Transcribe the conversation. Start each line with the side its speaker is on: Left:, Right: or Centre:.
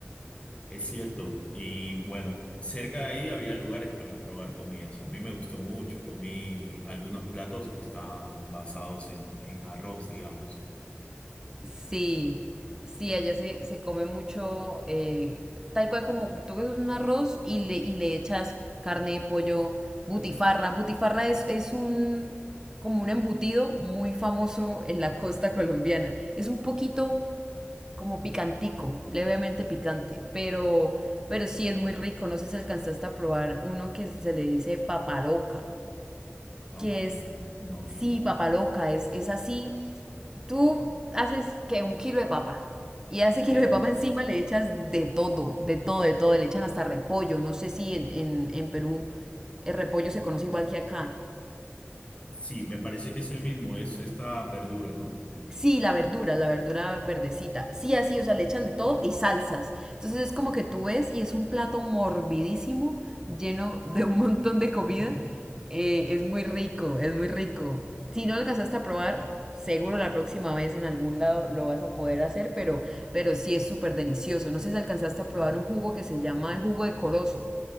Left: Es cierto, y bueno, cerca de ahí había lugares para probar comidas. A mí me gustó mucho, comí algunos platos que están basados en, en arroz, digamos.
Right: Sí, sí, allá se, se come mucho, eh, tal cual como tú que un arroz y le, y le echas carne, pollo, butifarra. Butifarra es, es un, como un embutido muy famoso en la costa colombiana. Es un poquito como picantico, levemente picante, pero, pero sí es muy rico. No sé si alcanzaste a probar uno que se le dice papaloca,
Left: Papa,
Right: que es,
Left: no. no.
Right: sí, papaloca, es, es así. Tú haces que un kilo de papa. Y a ese
Left: ¿Sí?
Right: kilo de papa encima le echas de todo, de todo, de todo. Le echan hasta repollo. No sé si en, en, en Perú el repollo se conoce igual que acá.
Left: Sí, me parece que es el mismo, es esta verdura, ¿no?
Right: Sí, la verdura, la verdura verdecita. Sí, así, o sea, le echan de todo y salsas. Entonces es como que tú ves y es un plato morbidísimo, lleno de un montón de comida.
Left: <laughs>
Right: Eh, es muy rico, es muy rico. Si no lo alcanzaste a probar, seguro la próxima vez en algún lado lo vas a poder hacer, pero, pero sí es súper delicioso. No sé si alcanzaste a probar un jugo que se llama el jugo de corozo.